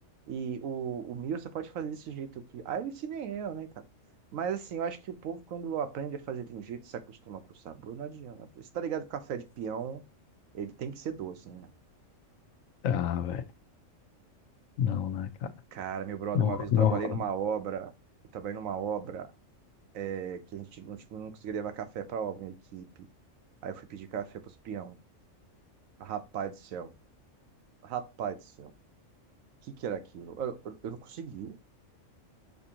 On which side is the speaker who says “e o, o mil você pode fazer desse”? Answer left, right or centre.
Right